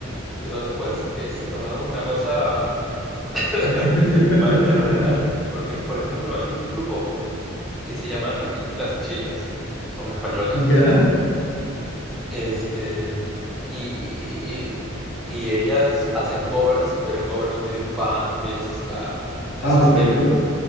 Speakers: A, in the centre; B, on the left.
A: pero después que se tornaron una cosa <laughs>
B: <laughs>
A: ma- fenomenal, porque, por ejemplo, hay un grupo que se llaman aquí las Chillers, son españolas.
B: ya.
A: Este, y, y ellas hacen covers, pero covers medios punk, medios ska, a
B: Ah,
A: su
B: perfecto.
A: estilo,